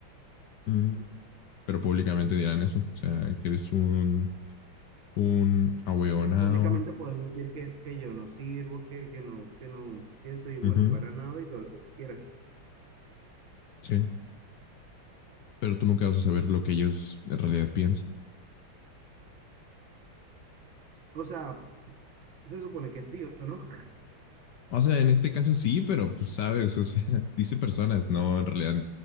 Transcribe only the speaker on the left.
Mm, pero públicamente dirán eso. O sea, que eres un, un ahueonao.
Ujú,
sí. Pero tú nunca vas a saber lo que ellos en realidad piensan.
O sea, en este caso sí, pero pues sabes, o sea, <laughs> dice personas, no en realidad